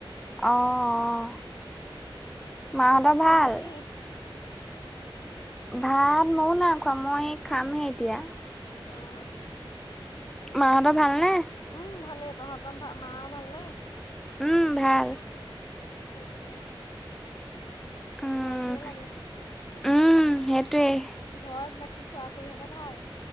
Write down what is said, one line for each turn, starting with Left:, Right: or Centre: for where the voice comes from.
Centre: অহ, মাহঁতৰ
Left: তই ভাত খালি
Centre: ভাল?
Left: নে কি
Centre: ভাত ময়ো নাই খোৱা মই খামহে এতিয়া।
Left: অঁহ।
Centre: মাহঁতৰ ভাল নে?
Left: উম ভালেই তহঁতৰ মাও ভালনে?
Centre: উম ভাল।
Left: তাকেহে-
Centre: উম
Left: ভালটোৱে লাগে।
Centre: উম সেইটোৱেই।
Left: ঘৰত বাকী খোৱা খুৰা খুৰীৰ ইহঁতৰ ভাল?